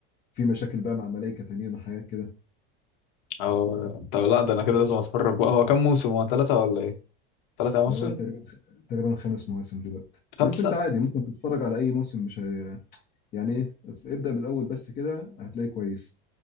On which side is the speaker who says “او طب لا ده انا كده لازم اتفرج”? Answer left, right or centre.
Left